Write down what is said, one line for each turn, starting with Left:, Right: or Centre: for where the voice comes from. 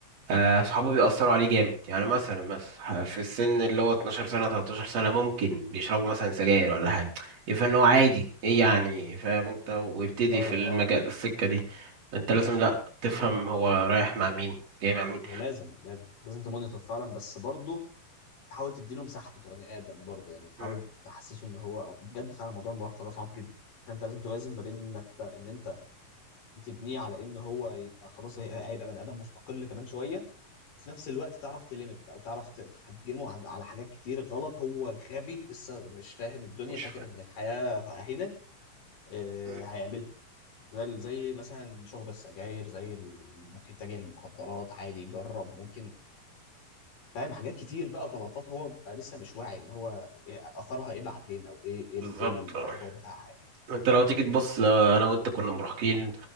Right: آه، صحابه بيأثروا عليه جامد يعني مثلا مثلا في السن اللي هو 12 سنه 13 سنه ممكن بيشربوا مثلا سجاير ولا حاجه يفهم ان هو عادي ايه يعني فاهم انت ويبتدي
Left: اه
Right: في المجال
Left: اه
Right: السكه دي انت لازم
Left: بالظبط
Right: لا تفهم هو رايح مع مين جاي مع مين
Left: هي لازم لازم لازم تمونيتور فعلا بس برضه تحاول تديله مساحته كبني ادم برضه يعني تحاول
Right: مم.
Left: تحسسه ان هو بجد فعلا موضوع المراهقه ده صعب جدا فانت لازم توازن ما بين انك ان انت بتبنيه على ان هو يبقى خلاص هي- هيبقى بني ادم مستقل كمان شويه في نفس الوقت تعرف تليمت او تعرف ت- تحجمه عن- على حاجات كتير غلط هو غبي لسه مش فاهم الدنيا
Right: مش
Left: فاكر ان الحياه هنا آه،
Right: فاهم
Left: هيعملها زي ال- زي مثلا شرب السجاير زي ال- انك تتجه للمخدرات عادي جرب ممكن فاهم حاجات كتير بقى غلطات هو بيبقى لسه مش واعي ان هو إيه اثرها ايه بعدين او ايه ايه ال-
Right: بالظبط
Left: إيه المرجوع
Right: آه.
Left: بتاعها يعني.
Right: انت لو تيجي تبص لو انا وانت كنا مراهقين